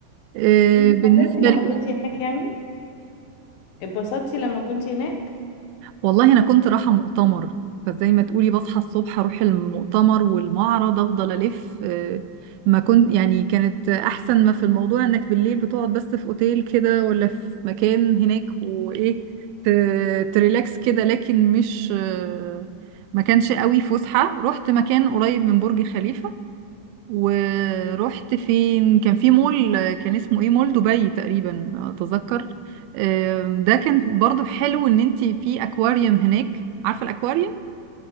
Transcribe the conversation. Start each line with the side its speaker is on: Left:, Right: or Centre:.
Right: آه
Left: انتي
Right: بالنسبة
Left: اتبسطتي لما
Right: لإيه؟
Left: كنتي هناك يعني اتبسطتي لما كنتي هناك
Right: والله انا كنت رايحه مؤتمر فزي ما تقولي بصحى الصبح اروح المؤتمر والمعرض افضل الف آه، ما كنت يعني كانت احسن ما في الموضوع انك بالليل بتقعد بس في اوتيل كده ولا في مكان هناك وايه ت- تريلاكس كده لكن مش آه، ما كانش قوي فسحه رحت مكان قريب من برج خليفه ورحت فين كان في مول آه، كان اسمه ايه مول دبي تقريبا اتذكر آم، ده كان برضو حلو ان انت في اكواريوم هناك عارفه الاكواريوم